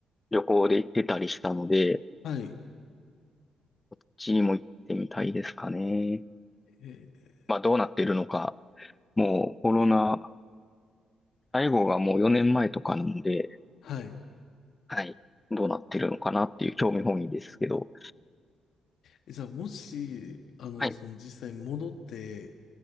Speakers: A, on the left; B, on the left.
A: 旅行で行ってたりしたので、
B: はい。
A: こっちにも行ってみたいですかね。
B: えー
A: まあどうなってるのか、もうコロナ、最後がもう4年前とかなので、
B: はい。
A: はい、どうなってるのかなっていう興味本位ですけど、
B: えじゃあ、もし、あの、
A: はい、
B: その実際に戻って、